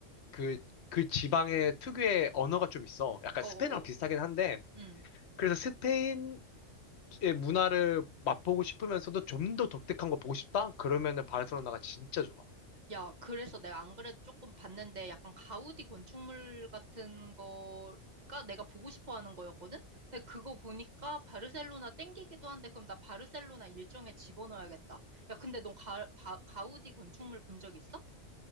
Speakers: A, on the left (about 60°); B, on the right (about 40°).
A: 그, 그 지방의 특유의 언어가 좀 있어. 약간
B: 어,
A: 스페인어랑
B: 어,
A: 비슷하긴
B: 어.
A: 한데
B: 음.
A: 그래서 스페인의 문화를 맛보고 싶으면서도 좀 더 독특한 거 보고 싶다? 그러면은 바르셀로나가 진짜 좋아.
B: 야, 그래서 내가 안 그래도 조금 봤는데 약간 가우디 건축물 같은 거가 내가 보고 싶어 하는 거였거든? 근데 그거 보니까 바르셀로나 땡기기도 한데 그럼 나 바르셀로나 일정에 집어넣어야겠다. 야, 근데 넌 가, 바- 가우디 건축물 본 적 있어?